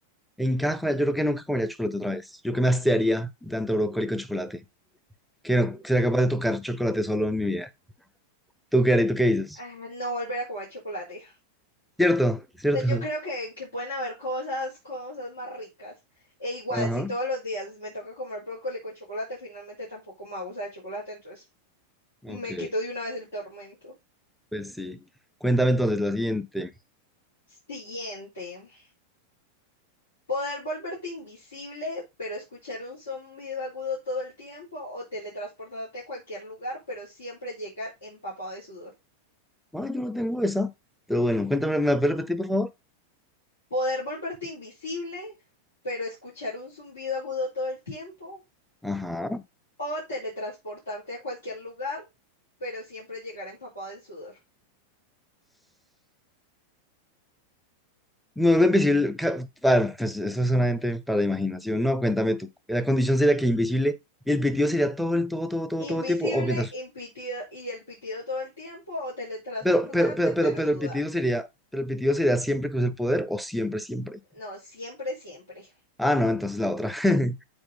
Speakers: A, in the centre; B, on the left.
A: en cada comida, yo creo que nunca comería chocolate otra vez. Yo que me hastiaría de tanto brócoli con chocolate, que no sería
B: Ah,
A: capaz de tocar chocolate solo en mi vida. ¿Tú qué harías? ¿Tú qué dices?
B: ah, no volver a comer chocolate.
A: ¿Cierto? ¿Cierto?
B: O sea, yo creo que, que pueden haber cosas, cosas más ricas. E igual,
A: Ajá,
B: si todos los días me toca comer brócoli con chocolate, finalmente tampoco me abusa de chocolate, entonces
A: ok,
B: me quito de una vez el tormento.
A: pues sí. Cuéntame entonces la siguiente.
B: Siguiente. Poder volverte invisible, pero escuchar un zumbido agudo todo el tiempo, o teletransportarte a cualquier lugar, pero siempre llegar empapado de sudor.
A: Ah, yo no tengo esa. Pero bueno, cuéntame, ¿me la puedes repetir, por favor?
B: Poder volverte invisible, pero escuchar un zumbido agudo todo el tiempo
A: Ajá.
B: O teletransportarte a cualquier lugar, pero siempre llegar empapado en sudor.
A: No, lo invisible. ca- Para, pues eso es solamente para la imaginación. No, cuéntame tú. La condición sería que invisible y el pitido sería todo el, todo, todo, todo,
B: Invisible,
A: todo el tiempo. O mientras.
B: impitido y el pitido todo el tiempo, o teletransportarte,
A: Pero, pero, pero,
B: pero
A: pero, pero
B: sudar.
A: el pitido sería. Pero el pitido sería siempre que use el poder o siempre, siempre.
B: No, siempre, siempre.
A: Ah, no, entonces la otra. <laughs>